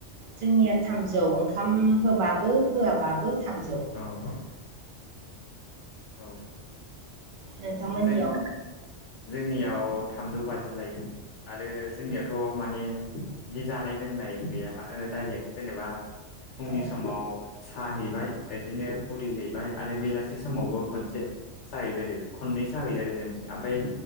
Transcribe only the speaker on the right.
जोंनिया थामजौ ओंखाम होबाबो होआबाबो थामजौ
नोंथांमोननियाव
औ